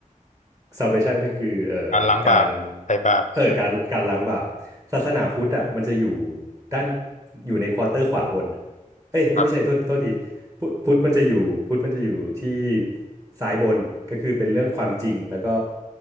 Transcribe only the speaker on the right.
salvation ก็คือเอ่อการ
เอ่อการการล้างบาปศาสนาพุทธอ่ะมันจะอยู่ด้านอยู่ในควอเตอร์ขวาบนอ่ะเอ้ยเอ้ยไม่ใช่โทษโทษที
พุพุทธมันจะอยู่พุทธมันจะอยู่ที่ซ้ายบน ก็คือเป็นเรื่องความจริงแล้วก็